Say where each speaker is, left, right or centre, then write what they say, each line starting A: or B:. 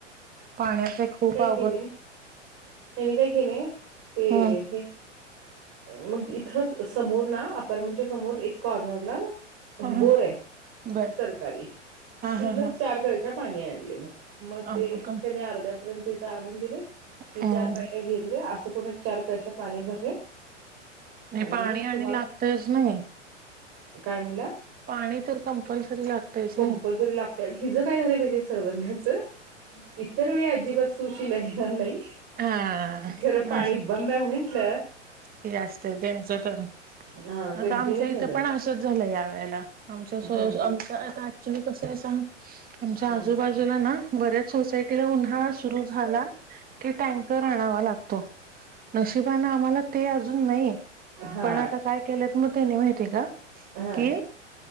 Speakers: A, on the right (about 25°); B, on the right (about 40°).
A: पाण्याचे खूप आप
B: केलेय त्यांनी काय केलेय ते
A: ह
B: हे. मग इथच समोर ना अपार्टमेंटच्या समोर एक कॉर्नरला
A: ह
B: बोर आहे
A: बर
B: सरकारी
A: हा
B: तिथनच
A: हा हा
B: चार कळशा पाणी आणले मग मग ते
A: अमुक
B: त्याने अर्ध्यापर्यंत इथे आणून दिले मी
A: नाही
B: चार पायले घेतले अस एकूणच चार कळशा पाणी भरले, आणि
A: पाणी
B: मग तुम्हाला
A: लागतच नाही
B: कायम्हणला
A: पाणी तर कंपल्सरी लागतच
B: कंपल्सरी
A: नाही
B: लागते आणि हिज काय झाल पाहितीे सर्वज्ञाच इतर वेळी अजिबात सुशल येणार नाही
A: हा
B: खर पाणी बंद आहे म्हंटल
A: ते असत त्यांच तर
B: हा
A: आता
B: कंटिन्यू
A: आमच्या इथ
B: चालू आहे
A: पण असच झाल या वेळेला आमच्या सरोस
B: हम्म
A: आमच्या आता ऍक्च्युली कस आहे सांग आमच्या
B: हम्म
A: आजूबाजूला ना, बऱ्याच सोसायटी तिला उन्हाळा सुरू झाला कि टँकर आणावा लागतो. नशिबान आम्हाला ते अजून नाही
B: हा
A: पण आता काय केलेत म त्यानी माहिती का
B: हा
A: की